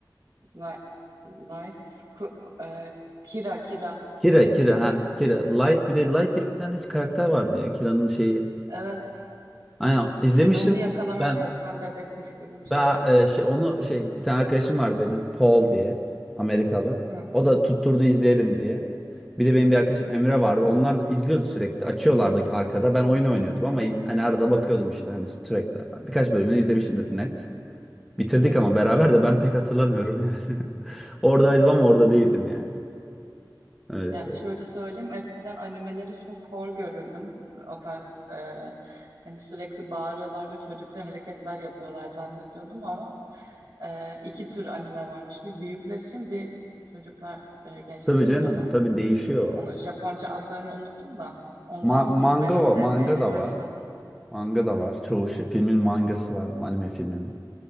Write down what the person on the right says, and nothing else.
Light, light ku- e, Kira Kira.
E,
evet.
İşte onu yakalamaya
çalışan dedektif gibi bir şey
Light.
Hı hı,
hı
hı.
Yani
şöyle söyleyeyim, eskiden animeleri çok hor görürdüm. O tarz e, hani sürekli bağırıyorlar ve çocuklar hareketler yapıyorlar zannediyordum ama e, iki tür anime varmış. Bir büyükler için bir çocuklar, e, gençler
için
olan.
Onu Japonca adlarını unuttum da ondan
sonra
bayağı sevmeye
başladım.